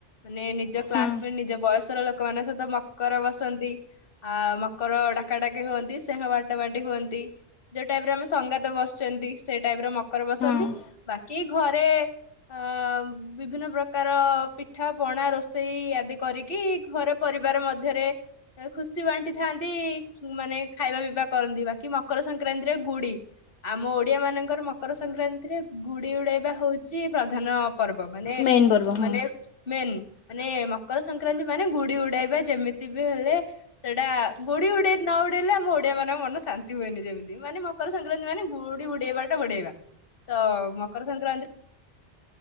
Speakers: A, on the left (about 55°); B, on the left (about 80°).
A: ମାନେ ନିଜ କ୍ଲାସମେଟ
B: ହଁ
A: ନିଜ ବୟସର ଲୋକ ମାନଙ୍କ ସହିତ ମକର ବସନ୍ତି ଆ, ମ କର ଡାକା ଡାକି ହୁଅନ୍ତି, ସ୍ନେହ ବାଟା ବାଣ୍ଟି ହୁଅନ୍ତି, ଯୋଉ ଟାଇପ୍ ର ଆମେ ସଙ୍ଗାତ ବସୁଚନ୍ତି, ସେ ଟାଇପ୍ ର ମକର ବସନ୍ତି,
B: ହଁ
A: ବାକି ଘରେ ଅ, ବିଭିନ୍ନ ପ୍ରକାର ପିଠା ପଣା ରୋଷେଇ ଆଦି କରିକି ଘରେ ପରିବାର ମଧ୍ୟରେ ଏ ଖୁସି ବାଣ୍ଟି ଥାନ୍ତି ମାନେ ଖାଇବା ପିଇବା କରନ୍ତି, ବାକି ମକର ସଂକ୍ରାନ୍ତିରେ ଗୁଡି ଆମ ଓଡିଆ ମାନଙ୍କର ମକର ସଂକ୍ରାନ୍ତିରେ ଗୁଡି ଉଡେଇବା ହଉଚି ପ୍ରଧାନ ପର୍ବ ମାନେ
B: ମେନ୍ ପର୍ବ ହଁ।
A: ମାନେ ମେନ୍ ମାନେ ମକର ସଂକ୍ରାନ୍ତି ମାନେ ଗୁଡି ଉଡେଇବା ଯେମିତି ବି ହେଲେ ସେଟା ଗୁଡି ଉଡେଇ ନ ଉଡେଇଲେ ଆମ ଓଡିଆ ମାନଙ୍କ ମନ ଶାନ୍ତି ହୁଏନି ଯେମିତି, ମାନେ ମକର ସଂକ୍ରାନ୍ତି ମାନେ ଗୁଡି ଉଡେଇବାଟା ଉଡେଇବା ତ ମକର ସଂକ୍ରାନ୍ତି